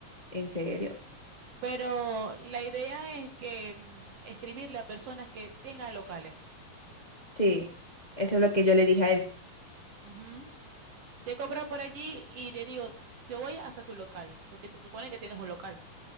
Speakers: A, on the left; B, on the right.
A: ¿En serio?
B: Pero la idea es que mm, escribirle a personas que tengan locales.
A: Sí, eso es lo que yo le dije a él.
B: Ujú. Te compro por allí y le digo, yo voy hasta tu local, porque se supone que tienes un local.